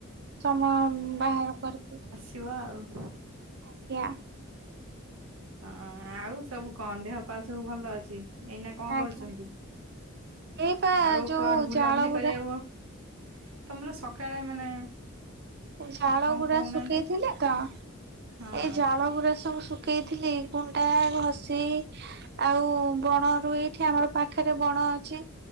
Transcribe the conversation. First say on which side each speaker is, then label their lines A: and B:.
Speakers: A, on the right; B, on the right.
A: ସମୟ ବାହାର କରକି।
B: ଯିବା ଆଉ।
A: ଆଜ୍ଞା।
B: ହଁ ଆଉ ସବୁ କଣ? ଦେହ ପା ସବୁ ଭଲ ଅଛି? ଏଇନା କଣ
A: ଆଜ୍ଞା
B: କରୁଚନ୍ତି
A: ଏଇପା
B: ଆଉ
A: ଯୋଉ
B: କୁଆଡୁ ବୁଲାବୁଲି
A: ଜାଳ ଗୁରା
B: କରିବାକୁ ଆ ତମର ସକାଳେ ମାନେ
A: ଏଇ ଝାଳ
B: ହଁ କଣ
A: ଗୁରା
B: କହୁନାହାନ୍ତି
A: ଶୁଖେଇଥିଲେ ତ,
B: ହଁ
A: ଏଇ ଝା ଜାଳ ଗୁରା ସବୁ ଶୁଖେଇଥିଲି, ଗୁଣ୍ଡା, ଘଷି ଆଉ ବଣ ରୁ, ଏଇଠି ଆମର ପାଖରେ ବଣ ଅଛି